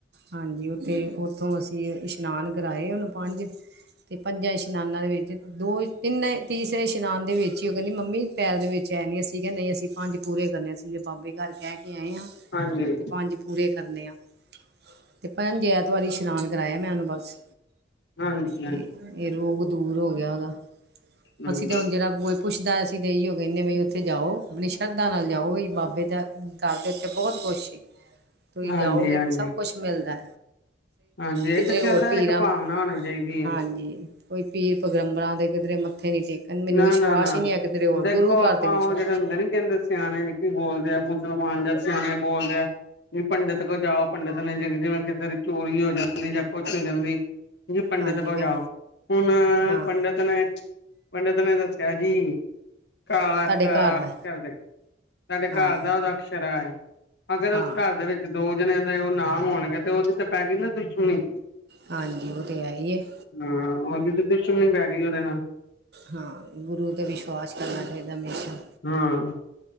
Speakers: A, on the right; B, on the left.
A: ਹਾਂਜੀ ਉਥੇ ਉੱਥੋਂ ਅਸੀਂ ਇਸ਼ਨਾਨ ਕਰਾਏ ਉਹਨੂੰ ਪੰਜ ਤੇ ਪੰਜਾਂ ਇਸ਼ਨਾਨਾਂ ਦੇ ਵਿੱਚ ਦੋ ਤਿੰਨ ਤੀਸਰੇ ਇਸ਼ਨਾਨ ਦੇ ਵਿੱਚ ਹੀ ਉਹ ਕਹਿੰਦੀ ਮੰਮੀ ਪੈਰ ਦੇ ਵਿੱਚ ਕਹਿ ਨੀ ਅਸੀਂ ਕਿ ਨਹੀਂ ਅਸੀਂ ਪੰਜ ਪੂਰੇ ਕਰਨੇ ਅਸੀਂ ਬਾਬੇ ਘਰ ਕਹਿ ਕੇ ਆਏ ਆ,
B: ਹਾਂਜੀ
A: ਤੇ ਪੰਜ ਪੂਰੇ ਕਰਨੇ ਆ, ਤੇ ਭੈਣ ਜੀ ਐਤਵਾਰ ਇਸ਼ਨਾਨ ਕਰਾਇਆ ਮੈਂ ਉਹਨੂੰ। ਬਸ,
B: ਹਾਂਜੀ ਹਾਂਜੀ
A: ਤੇ ਇਹ ਰੋਗ ਦੂਰ ਹੋ ਗਿਆ ਉਹਦਾ।
B: ਹਾਂਜੀ
A: ਅਸੀਂ ਤੇ ਹੁਣ ਜਿਹੜਾ ਪੁੱਛਦਾ ਅਸੀਂ ਤਾਂ ਇਹਓ ਕਹਿੰਨੇ ਵੀ ਉੱਥੇ ਜਾਓ ਆਪਣੀ ਸ਼ਰਧਾ ਨਾਲ ਜਾਓ ਵਈ ਬਾਬੇ ਦਾ ਘਰ ਦੇ ਉੱਥੇ ਬਹੁਤ ਕੁਸ਼ ਸੀ। ਤੁਸੀਂ
B: ਹਾਂਜੀ
A: ਜਾਓਗੇ
B: ਹਾਂਜੀ
A: ਸਭ ਕੁਛ ਮਿਲਦਾ,
B: ਹਾਂਜੀ
A: ਕਿਧਰੇ
B: ਇੱਕ ਚੱਲਦਾ
A: ਹੋਰ ਪੀਰਾਂ,
B: ਇੱਕ ਭਾਵਨਾ ਹੋਣੀ ਚਾਹੀਦੀ ਹੈ
A: ਹਾਂਜੀ ਕੋਈ ਪੀਰ ਪੈਗੰਬਰਾਂ ਦੇ ਕਿਧਰੇ ਮੱਥੇ ਨੀ ਟੇਕ ਕਹਿੰਦੇ ਮੈਨੂੰ
B: ਨਾ
A: ਵਿਸ਼ਵਾਸ
B: ਨਾ ਨਾ
A: ਹੀ ਨੀ ਹੈ ਕਿ ਤੇਰੇ ਹੋਰ
B: ਦੇਖੋ
A: ਗੁਰੂ
B: ਆਪਾਂ
A: ਘਰ ਤੇ ਵਿਸ਼ਵਾਸ।
B: ਉਹ ਜਿਹੜੇ ਹੁੰਦੇ ਨੀ ਕਹਿੰਦੇ ਸਿਆਣੇ ਜੀ ਬੋਲਦੇ ਆ ਮੁਸਲਮਾਨ ਜਾਂ ਸਿਆਣੇ ਬੋਲਦੇ ਆ। ਵੀ ਪੰਡਿਤ ਕੋਲ ਜਾਓ ਪੰਡਿਤ ਨੇ ਜਿਵੇਂ ਕਿਸੇ ਦੀ ਚੋਰੀ ਹੋ ਜਾਂਦੀ ਜਾਂ ਕੁਛ ਹੋ ਜਾਂਦੀ। ਜੀ ਪੰਡਿਤ
A: ਹਾਂਜੀ
B: ਕੋਲ
A: ਮੈਂ
B: ਜਾਓ, ਹੁਣ
A: ਹਾਂ
B: ਪੰਡਿਤ ਨੇ ਪੰਡਿਤ ਨੇ ਦੱਸਿਆ ਜੀ, ਕ
A: ਤੁਹਾਡੇ
B: ਕ
A: ਘਰ ਦਾ
B: ਕਰਦੇ। ਸਾਡੇ
A: ਹਾਂ
B: ਘਰ ਦਾ ਉਹਦਾ ਅਕਸ਼ਰਾ ਹੈ ਅਗਰ
A: ਹਾਂ
B: ਉਸ ਘਰ ਦੇ ਵਿੱਚ ਤੇ ਦੋ ਜਣਿਆਂ ਦਾ ਉਹ ਨਾਮ ਹੋਣਗੇ ਤੇ ਉਹਦੀ ਤਾਂ ਪੈ ਗਈ ਨਾ ਦੁਸ਼ਮਣੀ।
A: ਹਾਂਜੀ ਉਹ ਤੇ ਹੈ ਹੀ ਹੈ
B: ਹਾਂ ਉਹਦੀ ਤੇ ਦੁਸ਼ਮਣੀ ਪੈ ਗਈ ਉਹਦੇ ਨਾਲ।
A: ਹਾਂ ਗੁਰੂ ਤੇ ਵਿਸ਼ਵਾਸ ਕਰਨਾ ਚਾਹੀਦਾ ਹਮੇਸ਼ਾ।
B: ਹਾਂ